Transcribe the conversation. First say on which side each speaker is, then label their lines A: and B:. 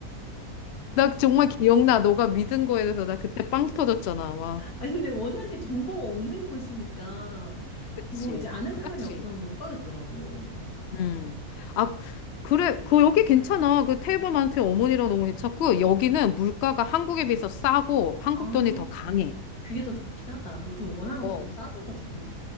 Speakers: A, on the left (about 65°); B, on the left (about 85°).
A: 나 정말 기억나. 너가 믿은 거에 대해서 나 그때 빵 터졌잖아. 와.
B: 아니, 근데 워낙에 정보가 없는 곳이니까
A: 그치.
B: 더 이제 아는
A: 그렇지.
B: 사람이 없으면 못 가겠더라고.
A: 음. 아, 그래. 그 여기 괜찮아. 그 테이블만트 어머니랑 너무 괜찮고 여기는 물가가 한국에 비해서 싸고 한국
B: 아,
A: 돈이 더 강해.
B: 그게 더 좋긴 하다. 요즘 워낙
A: 어,
B: 너무 싸져가지고.